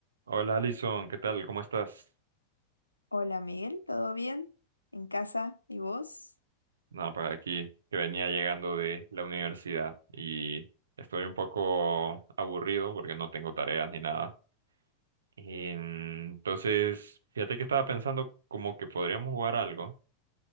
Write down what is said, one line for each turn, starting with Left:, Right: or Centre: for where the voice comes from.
Right: Hola Alison, ¿qué tal? ¿Cómo estás?
Left: Hola Miguel, ¿todo bien? ¿En casa? ¿Y vos?
Right: Nada, pues aquí que venía llegando de la universidad y estoy un poco aburrido porque no tengo tareas ni nada. Entonces, fíjate que estaba pensando como que podríamos jugar algo.